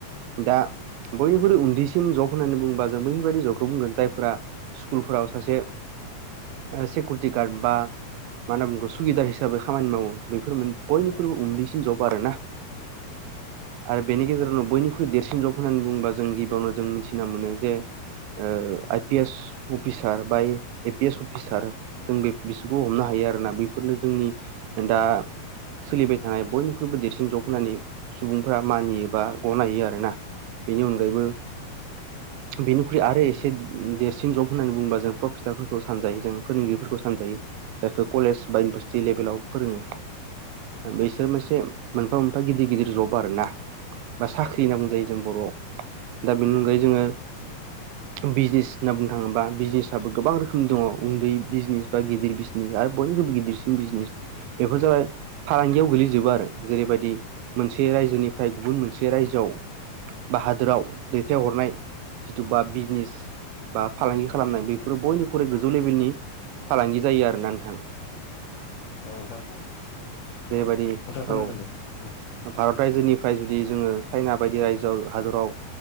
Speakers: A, on the right; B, on the left.
A: दा बयनिख्रुइ उन्दैसि न जब होन्नानै बुंङोबा जों बैफोरबायदि जबखौ बुंगोन जायफोरा स्कुलफोराव सासे सिकिउरिटि गार्ड बा मा होन बुंगौ सुगिदार हिब हिसाबै खामानि मावो बेफोर बयनिख्रुइबो
B: औ
A: उन्दैसिन जब आरोना?
B: औ
A: आरो बेनि गेजेरावनो बयनिख्रुइ देरसिन जग होननानै बुङोबा जों गिबियावनो जों मिथिना मोनो जे आइ पि एस अफिसार बा ए पि एस अफिसार जों बे बिसोरखौ हमनो हायो आरोना बेफोरनो जोंनि दा सोलिबाय थानाय बयनिख्रुइबो देरसिन जब होनानै सुबुंफ्रा मानियो बा गनायो आरोना बेनि अनगायैबो बेनिख्रुइ आरो एसे देरसिन जब होननानै बुङोबा जों प्रफेसारफोरखौ सानजायो जों फोरोंगिरिफोरखौ सानजायो जायफोर कलेज बा इउनिभारसिटिभ भेल आाव फोरोङो बेसोर मोनसे मोनफा मोनफा गिदिर गिदिर जब आरो ना बा साख्रि
B: औ औ नोंथां
A: होनना बुंजायो जों बर'आव दा बेनि अनगायै जोङो बिजनेस होनना बुंनो थाङोबा बिजनेसाबबो गोबां रोखोम रोखोम दङ उन्दै बिजनेस बा गिदिर बिजनेस आरो बयनिरुबो गिदिरसिन बिजनेस बेफोर जाबाय फालांगियाव गोलैजोबो आरो जेरैबायदि मोनसे रायजोनि फ्राय गुबुन मोनसे राज्योआव बा हादोराव दैथायहरनाय जिथु बा बिजनेस बा फालांगि
B: औ
A: खालामनाय बेफोरो बयनिख्रुइ गोजौ लेभेलनि फालांगि जायो आरोना नोंथां?
B: औ नोंथां
A: जेबायदि
B: खोनादों
A: औ
B: दे औ
A: भारत रायजोनिफ्राय जुदि जोङो चाइना बायदि रायजोआव हादराव